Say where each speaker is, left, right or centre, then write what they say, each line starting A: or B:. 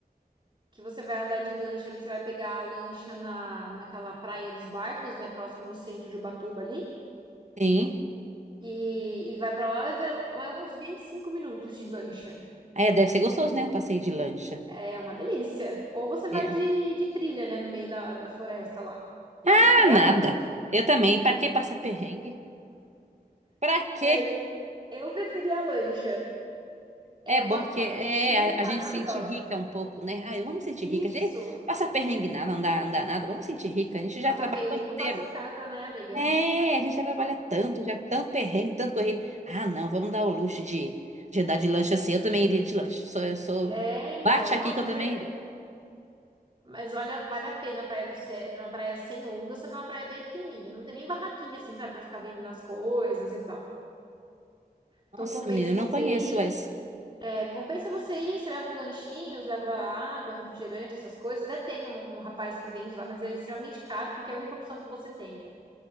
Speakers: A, on the right; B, on the right.
A: que você vai andar de lancha ali, você vai pegar a lancha na, naquela praia dos barcos, né, próximo do centro de Ubatuba ali.
B: Sim.
A: E, e vai pra lá, leva leva uns 25 minutos de lancha.
B: É, deve ser gostoso, né? O passeio de lancha.
A: É uma delícia. Ou você
B: É.
A: vai de, de trilha, né, no meio da, da floresta lá. Eu
B: Ah,
A: prefiro
B: nada.
A: a lancha.
B: Eu também, pra que passar perrengue? Pra quê?
A: É, eu preferi a lancha. É
B: É
A: uma
B: bom porque
A: praia,
B: é,
A: sim,
B: a,
A: maravilhosa.
B: a gente sente rica um pouco, né? Ai, vamos sentir
A: Isso.
B: rica. A gente passa perrengue nada, não dá, não dá nada. Vamos sentir rica. A gente já
A: Passar
B: trabalha
A: perrengue
B: o ano inteiro.
A: eu passo em casa, né, amiga?
B: É, a gente já trabalha tanto, já tanto perrengue, tanto corrido. Ah, não, vamos dar o luxo de, de andar de lanche assim. Eu também iria de lanche. Sou, eu sou.
A: É, então.
B: Bate aqui
A: Nossa,
B: que eu
A: mas
B: também
A: é.
B: iria.
A: Mas olha, vale a pena a Praia do Cedro, é uma praia sem onda, só que é uma praia bem pequenininha. Não tem nem barraquinha, assim, sabe, pra ficar vendendo as coisas e tal.
B: Nossa,
A: Então compensa
B: menina, eu
A: você
B: não conheço
A: ir.
B: essa.
A: É, compensa você ir, você leva os lanchinhos, leva água, refrigerante, essas coisas. Até tem um, um rapaz que vende lá, mas é extremamente caro porque é a única opção que você tem, né?